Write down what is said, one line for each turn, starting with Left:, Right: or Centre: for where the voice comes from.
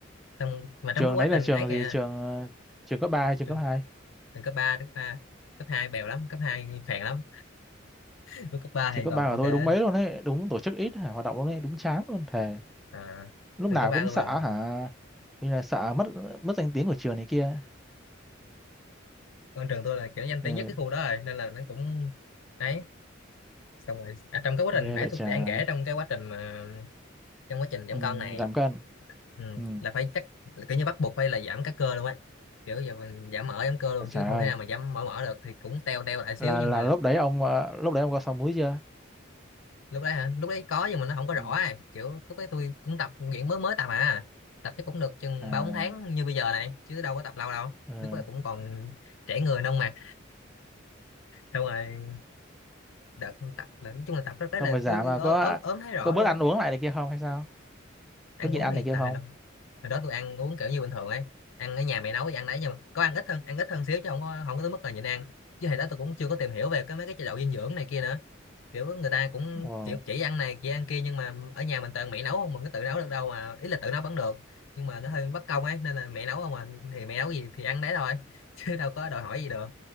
Left: trong mà trong
Centre: trường
Left: cái quá
Centre: đấy là
Left: trình
Centre: trường
Left: ấy kìa
Centre: gì trường ờ, trường cấp ba hay trường
Left: trường,
Centre: cấp hai
Left: trường cấp ba cấp ba cấp 2 bèo lắm cấp 2 phèn lắm <laughs> Lúc cấp 3
Centre: trường
Left: thì
Centre: cấp
Left: còn
Centre: ba
Left: ok
Centre: của tôi
Left: á.
Centre: đúng mấy luôn đấy đúng tổ chức ít hả? hoạt động luôn đấy đúng chán luôn thề
Left: à,
Centre: lúc
Left: trường
Centre: nào
Left: cấp 3
Centre: cũng
Left: tôi
Centre: sợ
Left: là
Centre: hả như là sợ mất mất danh tiếng của trường này kia
Left: con trường tôi là kiểu danh
Centre: ừ,
Left: tiếng nhất cái khu đó rồi nên là nó cũng đấy xong rồi à, trong cái quá
Centre: ghê
Left: trình nãy
Centre: vậy trời
Left: tôi đang kể trong cái quá trình mà trong quá trình giảm
Centre: ừ,
Left: cân này
Centre: giảm cân
Left: ừ.
Centre: ừ.
Left: là phải chắc là kiểu như bắt buộc phải là giảm các cơ luôn ấy kiểu giờ mình giảm mỡ giảm cơ luôn
Centre: vậy trời
Left: chứ không
Centre: ơi
Left: thể nào mà giảm mỡ mỡ được thì cũng teo teo lại xíu
Centre: là
Left: nhưng
Centre: là
Left: mà
Centre: lúc đấy ông ờ, lúc đấy ông có sáu múi chưa
Left: lúc đấy hả lúc đấy có nhưng mà nó không có rõ
Centre: ừ.
Left: ấy. kiểu lúc đấy tôi cũng tập luyện mới mới tập à tập chắc cũng được chừng
Centre: à
Left: ba bốn tháng như bây giờ này chứ đâu có tập lâu đâu
Centre: ừ.
Left: lúc đấy cũng còn trẻ người nông mà xong rồi đợt tập là nói chung là tập rất đấy
Centre: xong
Left: là
Centre: rồi giảm
Left: tôi
Centre: là
Left: ớ,
Centre: có
Left: ớ, ốm thấy rõ
Centre: có bớt
Left: luôn
Centre: ăn
Left: á
Centre: uống lại này kia không hay sao
Left: ăn
Centre: có nhịn
Left: uống
Centre: ăn
Left: thì
Centre: này kia
Left: tại
Centre: không
Left: hồi đó, hồi đó tôi ăn uống kiểu như bình thường ấy ăn ở nhà mẹ nấu thì ăn đấy nhưng mà có ăn ít hơn ăn ít hơn xíu chứ không có không có tới mức là nhịn ăn chứ hồi đó tôi cũng chưa có tìm hiểu về cái mấy cái chế độ dinh dưỡng này kia nữa kiểu người ta cũng
Centre: Ồ.
Left: kiểu chỉ ăn này chỉ ăn kia nhưng mà ở nhà mình toàn mẹ nấu không mình có tự nấu được đâu mà ý là tự nấu vẫn được nhưng mà nó hơi bất công ấy nên là mẹ nấu không à thì mẹ nấu gì thì ăn đấy thôi <laughs> chứ đâu có đòi hỏi gì được